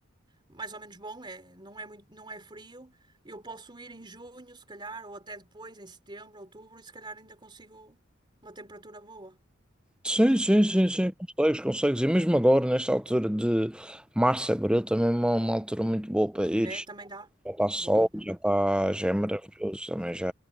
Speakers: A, on the right; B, in the centre.
A: mais ou menos bom, é, não é muito, não é frio. Eu posso ir em junho, se calhar, ou até depois, em setembro, outubro, e se calhar ainda consigo uma temperatura boa.
B: Sim, sim, sim,
A: não
B: sim, consegues, consegues. E mesmo agora, nesta altura de março, abril, também é uma, uma altura muito boa para ir.
A: É, É, também dá.
B: Já está sol,
A: Boa,
B: já está, já é maravilhoso
A: é?
B: também, já,